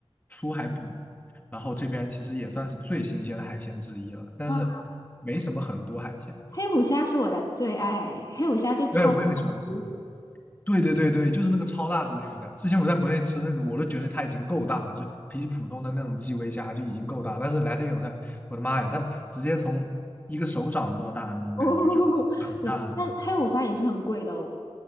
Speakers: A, on the left; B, on the left.
A: 出海捕，然后这边其实也算是最新鲜的海鲜之一了，但是没什么很多海鲜。
B: 哇，黑虎虾是我的最爱，黑虎虾就超大只
A: 对，我也很喜欢吃。对对对对，就是那个超大只的黑皮虾。之前我在国内吃那个，我都觉得它已经够大了，就是比起普通的那种基围虾就已经够大了。但是来这边我才，我的妈呀，它直接从一个手掌这么大的那种感觉，
B: <laughs> 哦，
A: 就很大的那种感觉。
B: 对，但黑虎虾也是很贵的哦。